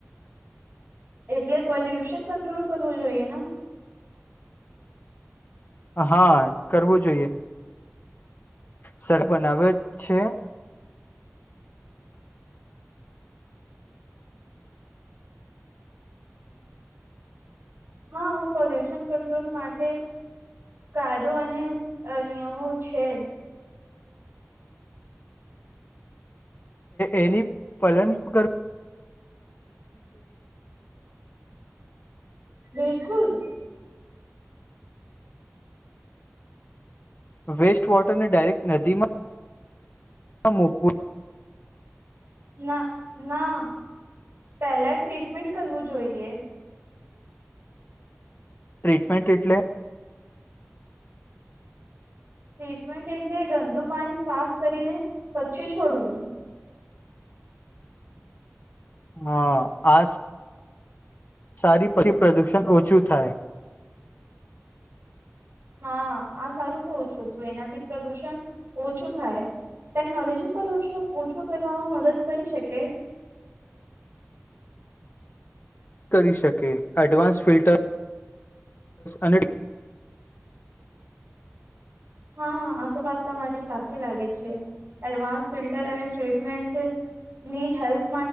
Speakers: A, on the right; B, on the left.
A: એટલે. પોલ્યુશન કંટ્રોલ કરવું જોઈએ. ને
B: હા <unintelligible> કરવું જોઈએ. સર બનાવેલો છે.
A: હા. પોલ્યુશન, કંટ્રોલ, માટે કાયદો અને નિયમો છે.
B: એની પાલન કરવું
A: <inaudible> બિલકુલ <unintelligible>
B: વેસ્ટ વોટરને ડાયરેક્ટ નદીમાં મૂકવું
A: ના ના પેલા ટ્રીટમેન્ટ કરવું જોઈએ.
B: ટ્રીટમેન્ટ એટલે.
A: ટ્રીટમેન્ટ એટલે ગંદુ પાણી સાફ કરીને પછી છોડવું
B: હા આ સારી પછી પ્રદુષણ ઓછું થાય
A: હા આ સારું કું છું તોું એનાથી પ્રદુષણ ઓછું થાય ટેકનોલોજી પ્રદુષણ ઓછું કરવામાં મદદ કરી શકે
B: કરી શકે એડવાન્સ ફિલ્ટર અને
A: હા આ તો વાત તમારી સાચી લાગે છે એડવાન્સ ફિલ્ટર અને ટ્રીટમેન્ટની હેલ્પ